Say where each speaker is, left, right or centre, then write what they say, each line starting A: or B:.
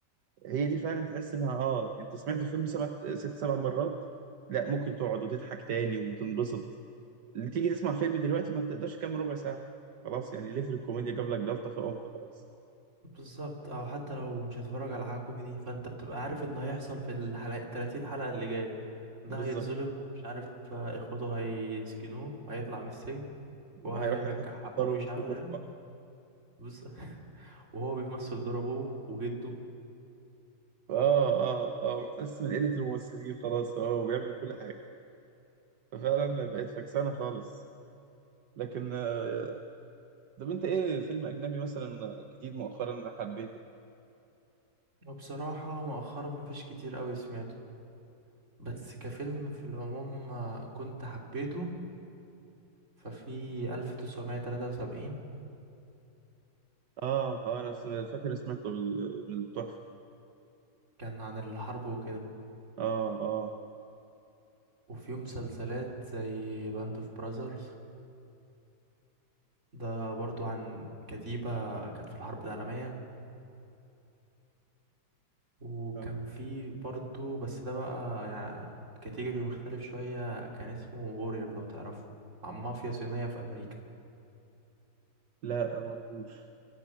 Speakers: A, on the right; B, on the right.
A: هي دي فعلا تحس انها اه انت سمعت الفيلم سبع ست سبع مرات لا ممكن تقعد وتضحك تاني وتنبسط اللي تيجي تسمع فيلم دلوقتي ما تقدرش كام ربع ساعه خلاص يعني ليه في الكوميديا جاب لك جلطه فقمت خلاص
B: بالظبط او حتى لو مش هتتفرج على حاجة كوميدي فانت بتبقى عارف اللي هيحصل في الحلقة 30 حلقة اللي جاية ده
A: بالظبط
B: هيتظلم ومش عارف اخوته هيسجنوه وهيطلع من السجن وهيرجع
A: هيروح ياخد
B: حقه
A: بطاره
B: مش
A: من كله
B: عارف إيه. بص <laughs> وهو بيمثل دور ابوه وجده
A: اه اه اه وتحس من قلة الممثلين خلاص اه وبيعمل كل حاجة ففعلا بقت فكسانة خالص لكن آه، طب انت ايه فيلم اجنبي مثلا جديد مؤخرا انا حبيته
B: وبصراحة مؤخرا مفيش كتير قوي سمعته بس كفيلم في العموم آه، كنت حبيته ففي 1973
A: اه اه انا س- فاكر سمعته بال- من التحفة
B: كان عن الحرب وكده
A: اه اه
B: وفي مسلسلات زي باند اوف براذرز ده برضو عن كتيبة كانت في الحرب العالمية وكان
A: آه.
B: في برضو بس ده بقى يعني كاتيجوري مختلف شوية كان اسمه وورير لو تعرفه عن مافيا صينية في أمريكا
A: لا آه، ما اعرفوش